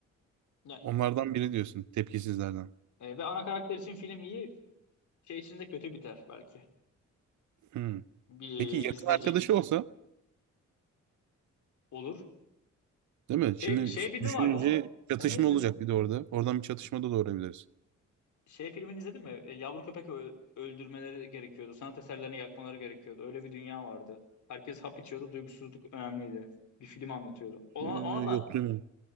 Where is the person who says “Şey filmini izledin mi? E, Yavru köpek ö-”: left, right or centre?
Left